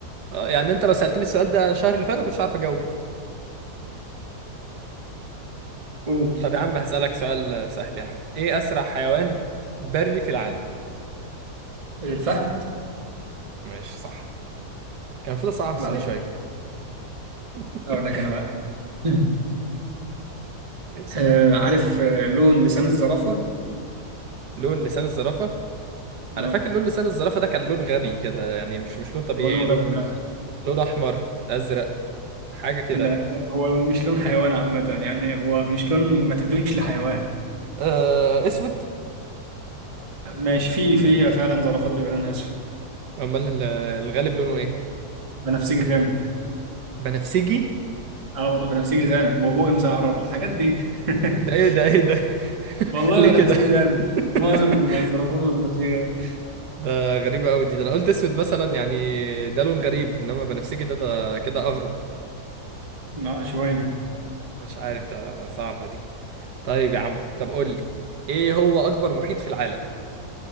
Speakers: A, on the right; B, on the right.
A: آه، يعني انت لو سألتني السؤال ده الشهر اللي فات كنتش عارف اجاوبه
B: قول
A: طب يا عم هسألك سؤال آه، سهل يا عم ايه اسرع حيوان بري في العالم
B: الفهد
A: ماشي صح كان المفروض اصعب السؤال
B: عيب عليك
A: شويه <laughs>
B: اقول لك انا بقى <clears throat>
A: اسأل
B: <laughs> آه عارف آه لون لسان الزرافة
A: لون لسان الزرافة انا
B: اه
A: فاكر لون لسان الزرافة ده كان لون غبي كده يعني مش مش لون طبيعي
B: هو لون
A: لون
B: غبي فعلا
A: لون احمر ازرق حاجة كده
B: لا هو مش لون حيوان عامة يعني هو مش لون ما تدوش لحيوان
A: آه اسود
B: ماشي في في فعلا زرافات بيبقى لونها اسود
A: امال ال- الغالب لونه ايه
B: بنفسجي غامق
A: بنفسجي
B: اه والله بنفسجي غامق بقبوقي مزعرر الحاجات دي <laughs>
A: ده ايه ده ايه ده <laughs>
B: والله
A: ليه
B: بنفسجي
A: كده
B: غامق
A: <laughs>
B: معظم الزرابيب بنفسجي غامق
A: ده غريبة أوي دي ده أنا قلت أسود مثلا يعني ده لون غريب إنما بنفسجي ده ده كده أغرب
B: اه شوية
A: مش عارف ده صعبة دي طيب يا عم طب قول لي إيه هو أكبر محيط في العالم